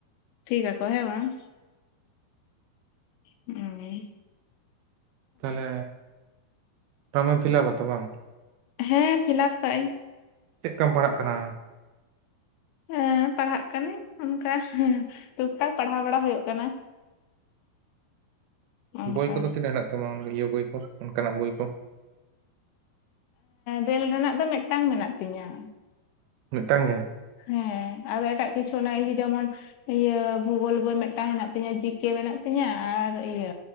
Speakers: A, on the left; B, on the right.
A: ᱴᱷᱤᱠᱟᱠᱚ ᱦᱮᱸ ᱵᱟᱝ ᱦᱩ
B: ᱛᱟᱦᱚᱞᱮ ᱯᱷᱚᱨᱢᱮᱢ ᱯᱷᱤᱞᱟᱯᱟᱛᱚ ᱵᱟᱝ
A: ᱦᱮᱸ ᱯᱷᱤᱞᱟᱯ ᱠᱟᱜ ᱟᱹᱧ
B: ᱪᱮᱫ ᱞᱮᱠᱟᱢ ᱯᱟᱲᱦᱟᱜ ᱠᱟᱱᱟ
A: ᱦᱮᱸ ᱯᱟᱲᱦᱟᱜ ᱠᱟᱹᱱᱟᱹᱧ ᱚᱱᱠᱟ ᱴᱩᱠ ᱴᱟᱠ ᱯᱟᱲᱦᱟᱣ ᱵᱟᱲᱟ ᱦᱩᱭᱩᱜ ᱠᱟᱱᱟ ᱚᱱᱠᱟ
B: ᱵᱳᱭ ᱠᱚᱫᱚ ᱛᱤᱱᱟᱹᱜ ᱦᱮᱱᱟᱜ ᱛᱟᱢᱟ ᱤᱭᱟᱹ ᱵᱳᱭ ᱠᱚ ᱚᱱᱠᱟᱱᱟᱜ ᱵᱳᱭ ᱠᱚ
A: ᱨᱮᱞ ᱨᱮᱱᱟᱜ ᱫᱚ ᱢᱤᱫᱴᱟᱝ ᱢᱮᱱᱟᱜ ᱛᱤᱧᱟ
B: ᱢᱤᱫᱴᱟᱝ ᱜᱮ
A: ᱦᱮᱸ ᱟᱫᱚ ᱮᱴᱟᱜ ᱠᱤᱪᱷᱩ ᱚᱱᱟ ᱤᱭᱟᱹ ᱡᱮᱢᱚᱱ ᱤᱭᱟᱹ ᱵᱷᱩᱜᱳᱞ ᱵᱳᱭ ᱢᱤᱫᱴᱟᱝ ᱦᱮᱱᱟᱜ ᱛᱤᱧᱟ ᱡᱤᱠᱮ ᱢᱮᱱᱟᱜ ᱛᱤᱧᱟ ᱟᱨ ᱤᱭᱟᱹ